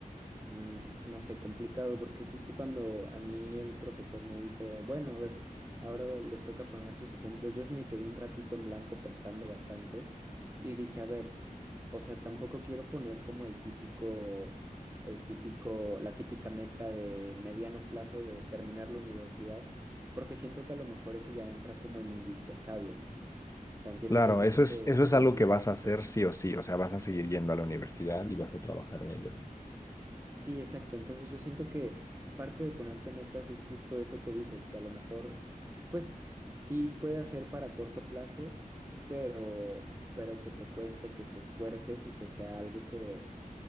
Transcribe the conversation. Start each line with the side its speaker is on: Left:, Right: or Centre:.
Right: mm, no sé, complicado, porque justo cuando a mí el profesor me dijo, bueno, a ver, ahora les toca poner sus ejemplos, yo sí me quedé un ratito en blanco pensando bastante y dije, a ver, o sea, tampoco quiero poner como el típico, el típico, la típica meta de mediano plazo de terminar la universidad, porque siento que a lo mejor eso ya entra como en indispensables. O sea, entiendo
Left: Claro,
Right: que hay gente
Left: eso es,
Right: que
Left: eso es
Right: lo
Left: algo
Right: ve diferente
Left: que vas a hacer sí o sí, o sea, vas a seguir yendo a la universidad y vas a trabajar en ello, ¿no?
Right: Sí, exacto. Entonces yo siento que parte de ponerte metas es justo eso que dices, que a lo mejor, pues sí puede ser para corto plazo, pero, pero que te cueste, que te esfuerces y que sea algo que,